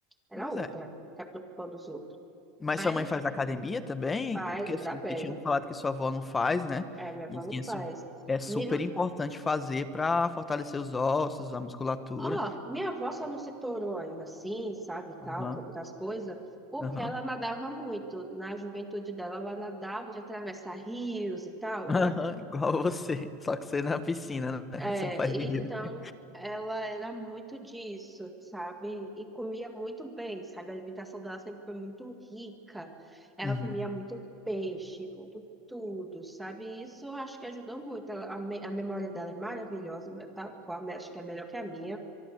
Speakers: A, in the centre; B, on the left.
A: Era
B: Pois
A: outra,
B: é.
A: tá preocupando os outros.
B: Mas
A: Mas
B: sua mãe faz academia também?
A: faz,
B: Porque assim,
A: ainda bem.
B: vocês tinham falado que sua avó não faz, né?
A: É, minha avó
B: E que
A: não faz.
B: é su- é super
A: Minha
B: importante fazer para fortalecer os ossos, a musculatura.
A: Ó, minha avó só não se tornou ainda assim, sabe, tal,
B: Aham,
A: quebrar as coisas, porque
B: aham.
A: ela nadava muito. Na juventude dela, ela nadava de atravessar rios e tal.
B: Aham,
A: nada-
B: <laughs> igual você. Só que você é na piscina, né? <laughs>
A: É,
B: Você não faz direito.
A: então,
B: né?
A: ela era muito disso, sabe? E comia muito bem, sabe? A alimentação dela sempre foi muito rica. Ela
B: Uhum.
A: comia muito peixe, muito tudo, sabe? Isso eu acho que ajudou muito. Ela- A, me- a memória dela é maravilhosa, né, tá? Qual- Acho que é melhor que a minha,